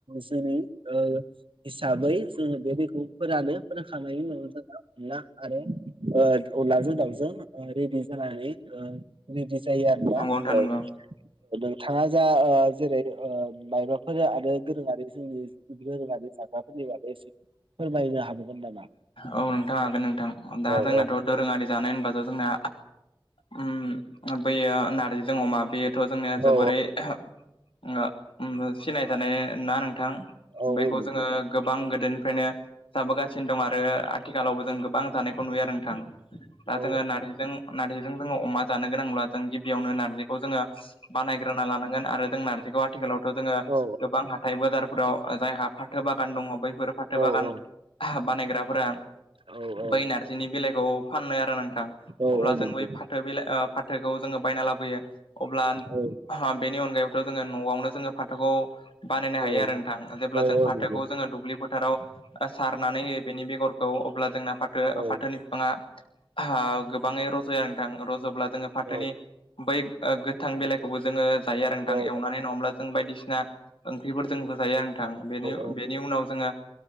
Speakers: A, on the right; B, on the left.
A: जोंनि ओ हिसाबै जोङो बे दैखौ फोरानो फोरोंखांनायनि उनाव जोंना ना आरो ओ अनलाजों दावजों ओ रेदि जानानै ओ रेदि जायो आरोना
B: नंगौ नोंथां
A: औ
B: नंगौ
A: नोंथाङा जा ओ जेरै ओ माइबा फोरो आरो दोरोङारि जोंनि दोरोङारि जाग्राफोरनि बागै एसे फोरमायनो हागोवमोन नामा?
B: औ नोंथां हागोन नोंथां दा
A: औ
B: जोंनाथ'
A: औ
B: दोरोङारि जानाय होनबाथ' जोंना उम बेयो नारजिजों अमा बेयोथ' जोंनिया जोबोरै
A: औ
B: <unintelligible> ओ उम सिनाय थानाय ना नोंथां
A: औ
B: बेखौ
A: औ नंगौ
B: जोङो गोबां गोदोनिफ्रायनो जाबोगासिनो दं आरो आथिखालावबो जों गोबां जानायखौ नुयो आरो नोंथां। दा
A: औ
B: जोङो नारजिजों नारजिजों जोङो अमा जानो गोनांब्ला जों गिबियावनो नारजि खौ जोङो बानायग्रोना लानांगोन आरो जों नारजिखौ आथिखालावथ' जोङो
A: औ
B: गोबां हाथाय बाजारफोराव जायहा फाथो बागान दङ बैफोर फाथो
A: औ
B: बागान
A: औ
B: बानायग्राफोरा
A: औ औ
B: बै नारजिनि बेलाइखौ फाननो आरो नोंथां
A: औ
B: अब्ला
A: औ
B: जों
A: नंगौ
B: बै फा फाथो बिलाइ ओ फाथोखौ जोङो बायना लाबोयो अब्ला
A: औ
B: बेनि अनगायैबोथ' जोङो न'आवनो जोङो फाथोखौ बानायनो
A: औ
B: हायो आरो नोंथां जेब्ला
A: औ
B: जों
A: औ
B: फाथोखौ
A: नंगौ
B: जोङो दुब्लि फोथाराव सारनानै होयो बेनि बेगरखौ अब्ला जोंना फाथो
A: औ
B: फाथोनि बिफाङा <unintelligible> गोब गोबाङै रज'यो नोंथां रज'ब्ला जोङो फाथोनि
A: औ
B: बै गोथां बेलाइखौबो जोङो जायो आरो थां
A: औ
B: एवनानै नङाब्ला जों बायदिसिना ओंख्रिफोरजोंबो जायो आरो नों थां बेनि
A: औ
B: बेनि उनाव जोङो